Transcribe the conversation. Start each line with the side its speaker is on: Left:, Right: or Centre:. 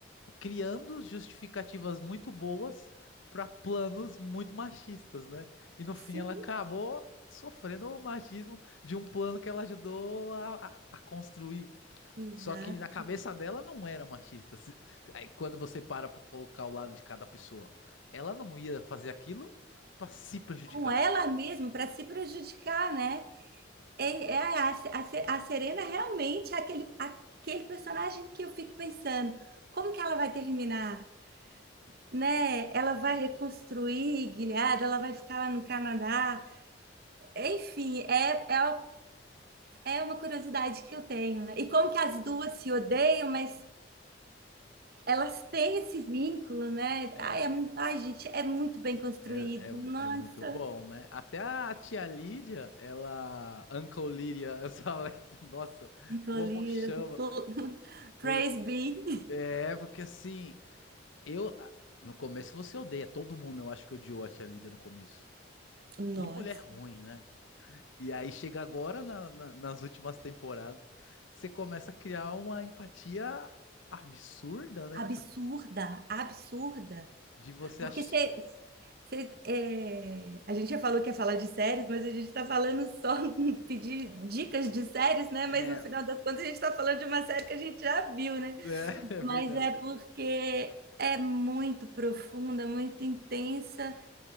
Left: criando justificativas muito boas para planos muito machistas, né? E no
Right: sim,
Left: fim ela acabou sofrendo o machismo de um plano que ela ajudou a, a- a construir.
Right: exato.
Left: Só que na cabeça dela não era machista. Se- aí quando você para para colocar o lado de cada pessoa, ela não ia fazer aquilo para se prejudicar.
Right: Com ela mesma, para se prejudicar, né? É, é a, a, Se- a Serena realmente é aquele, aquele personagem que eu fico pensando, como que ela vai terminar? Né? Ela vai reconstruir Gilead, ela vai ficar lá no Canadá. Enfim, é, é É uma curiosidade que eu tenho, né? E como que as duas se odeiam, mas elas têm esse vínculo, né?
Left: É,
Right: Ai, é, mu- ai, gente, é muito bem construído.
Left: é, é,
Right: Nossa,
Left: é muito bom, né? Até a tia Lídia, ela. Uncle Lídia, essa. <laughs> Nossa,
Right: Nicolina.
Left: como chama?
Right: <laughs> Praise
Left: Por...
Right: be.
Left: É, porque assim, eu. a- No começo você odeia, todo mundo eu acho que odiou a Tia Lídia no começo.
Right: Nossa,
Left: Que mulher ruim, né? E aí chega agora na- na- nas últimas temporadas, você começa a criar uma empatia absurda, né?
Right: absurda,
Left: Por-
Right: absurda.
Left: De você
Right: Porque
Left: achar.
Right: você, você, é, a gente já falou que ia falar de séries, mas a gente está falando só <laughs> pedir dicas de séries, né?
Left: É,
Right: Mas no final das contas a gente está falando de uma série que a gente já viu, né?
Left: é, <laughs> é
Right: Mas
Left: verdade.
Right: é porque é muito profunda, muito intensa